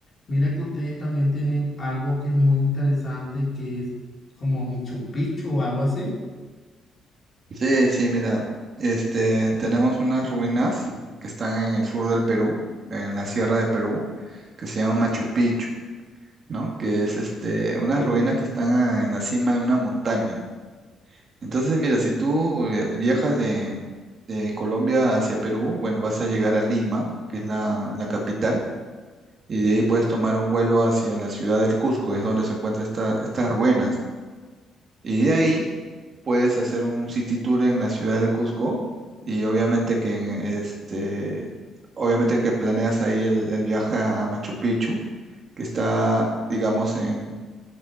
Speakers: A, on the left; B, on the right.
A: Mira que ustedes también tienen algo que es muy interesante, que es como Machu Picchu o algo así.
B: Sí, sí, mira, este, tenemos unas ruinas que están en el sur del Perú, en la sierra de Perú, que se llaman Machu Picchu, ¿no? Que es este, unas ruinas que están a- en la cima de una montaña. Entonces, mira, si tú eh, viajas de, de Colombia hacia Perú, bueno, vas a llegar a Lima, que es la, la capital, y de ahí puedes tomar un vuelo hacia la ciudad del Cusco, es donde se encuentran esta- estas ruinas. Y de ahí puedes hacer un city tour en la ciudad del Cusco y obviamente que en este, obviamente que planeas ahí el, el viaje a Machu Picchu, que está, digamos, en